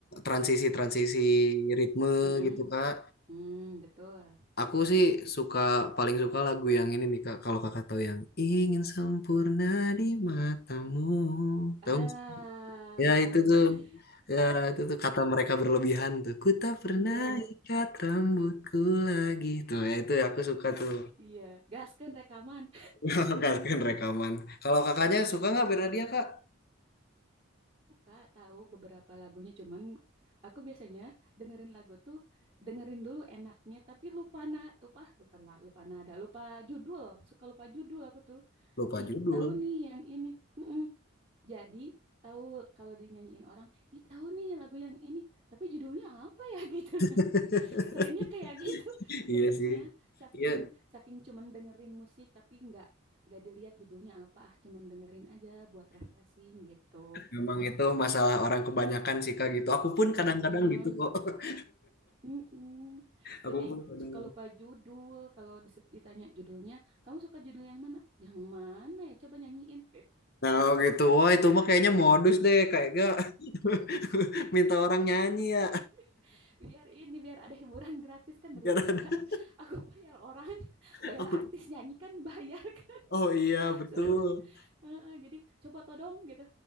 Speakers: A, on the left; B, on the right.
A: transisi-transisi ritme
B: mm-mm.
A: gitu, Kak.
B: Hmm, betul.
A: Aku sih suka paling suka lagu yang ini nih, Kak. Kalau Kakak tahu yang ingin sempurna di matamu.
B: Alah,
A: Tahu? nggak sih? Ya
B: tahu.
A: itu tuh.
B: <laughs>
A: Ya itu tuh kata mereka berlebihan tuh. Ku tak pernah
B: Iya,
A: ikat rambutku
B: i-
A: lagi. Tuh, ya itu aku suka tuh.
B: iya. Gaskeun rekaman.
A: <laughs> Mengharuskan rekaman. Kalau kakaknya suka nggak Bernadia, Kak?
B: suka tahu beberapa lagunya cuman aku biasanya dengerin lagu tuh dengerin dulu enaknya tapi lupa na lupa bukan lah lupa nada lupa judul suka lupa judul aku tuh
A: Lupa
B: ih
A: judul.
B: tahu nih yang ini Mm-mm. jadi tahu kalau dinyanyiin orang ih tahu nih lagu yang ini tapi judulnya apa ya <laughs> gitu
A: <laughs>
B: nah seringnya kayak gitu
A: Iya
B: seringnya
A: sih.
B: saking
A: Iya,
B: saking cuman dengerin musik tapi nggak nggak dilihat judulnya apa ah cuman dengerin aja buat refreshing gitu
A: memang itu masalah orang kebanyakan sih Kak gitu. Aku pun
B: Heeh.
A: kadang-kadang gitu kok. <laughs>
B: Mm-mm.
A: Aku
B: Jadi
A: pun kadang
B: suka lupa judul. Kalau dis- ditanya judulnya, kamu suka judul yang mana? Yang mana ya? Coba nyanyiin.
A: Nah, oh gitu. Wah, itu mah kayaknya modus deh. Kayak gak <laughs> minta orang nyanyi
B: <laughs>
A: ya.
B: Biar ini, biar ada hiburan gratis kan
A: Biar
B: daripada
A: ada-
B: aku bayar orang, <laughs>
A: <laughs>
B: bayar artis nyanyi kan bayar kan.
A: Oh, iya,
B: <laughs>
A: betul.
B: Suruh, heeh, Jadi coba todong gitu.